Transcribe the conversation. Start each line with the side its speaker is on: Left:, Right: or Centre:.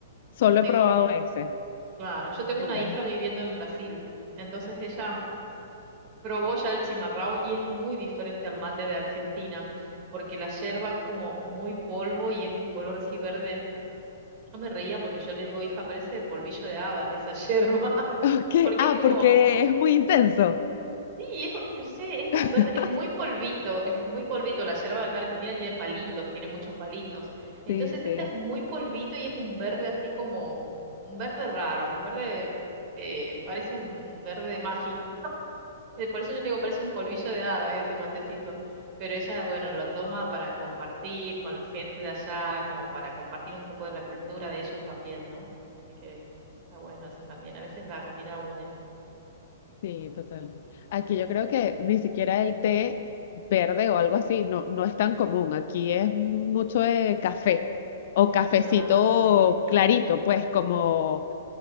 Left: Solo
Right: Tengo,
Left: he probado ese.
Right: claro, yo tengo
Left: El
Right: una
Left: de-
Right: hija viviendo en Brasil, entonces ella probó ya el chimarrão y es muy diferente al mate de Argentina, porque la yerba es como muy polvo y es un color así verde. Yo me reía porque yo le digo, hija, parece el polvillo de hadas esa <laughs> yerba.
Left: Ok.
Right: Porque
Left: Ah,
Right: es como,
Left: porque es muy intenso.
Right: sí, es, yo sé, es un
Left: <laughs>
Right: verde, es muy polvito, es muy polvito. La yerba de acá argentina tiene palitos, tiene muchos palitos. Entonces
Left: Sí, sí.
Right: esta es muy polvito y es un verde así como, un verde raro, un verde, eh, parece un verde mágico. Eh, Por eso yo le digo, parece un polvillo de hadas ese matecito. Pero ella, bueno, lo toma para compartir con la gente de allá, como para compartir un poco de la cultura de ellos también, ¿no? Así que está bueno eso también. A veces la comida une.
Left: Sí, total. Aquí yo creo que ni siquiera el té verde o algo así no, no es tan común. Aquí es mucho de café o cafecito
Right: Claro, me imagino.
Left: clarito, pues como,